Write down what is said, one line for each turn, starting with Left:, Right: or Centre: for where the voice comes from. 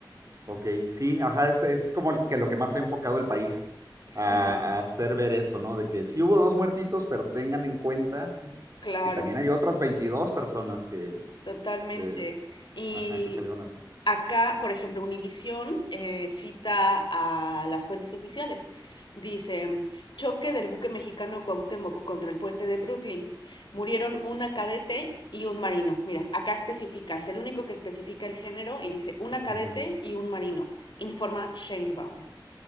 Right: Ok, sí, ajá, es, es como el- que lo que más ha enfocado el país
Left: Sí,
Right: a, a hacer ver eso, ¿no? De que sí hubo dos muertitos, pero tengan en cuenta
Left: claro.
Right: que también hay otras 22 personas que,
Left: Totalmente.
Right: eh,
Left: Y
Right: ajá, que salieron a...
Left: acá, por ejemplo, Univisión eh, cita a las fuentes oficiales. Dice, choque del buque mexicano Cuauhtémoc contra el puente de Brooklyn. Murieron una cadete y un marino. Mira, acá especifica, es el único que especifica el género y dice una cadete
Right: Ujú,
Left: y un marino, informa Sheinbaum.